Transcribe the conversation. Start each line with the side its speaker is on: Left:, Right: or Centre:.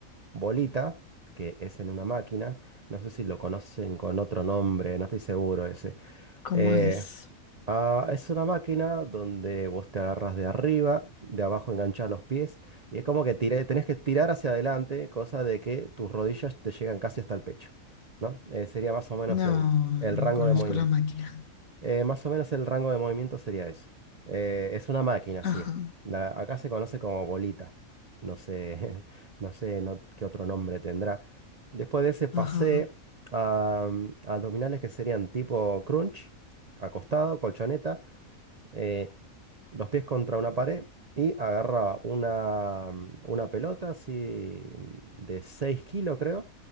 Right: bolita, que es en una máquina. No sé si lo conocen con otro nombre, no estoy seguro ese.
Left: ¿cómo
Right: Eh,
Left: es?
Right: ah, es una máquina donde vos te agarras de arriba, de abajo enganchás los pies y es como que tiré- tenés que tirar hacia adelante, cosa de que tus rodillas te llegan casi hasta el pecho, ¿no? Eh, sería más o menos
Left: No,
Right: el, el
Left: no
Right: rango
Left: conozco
Right: de movimiento.
Left: la máquina.
Right: Eh, más o menos el rango de movimiento sería eso. Eh, es una máquina,
Left: Ajá,
Right: sí. La- acá se conoce como bolita. No sé, <laughs> no sé no- qué otro nombre tendrá. Después de ese pasé
Left: ajá.
Right: a, mm, a abdominales que serían tipo crunch, acostado, colchoneta. Eh, los pies contra una pared y agarraba una, una pelota así de 6 kilos, creo.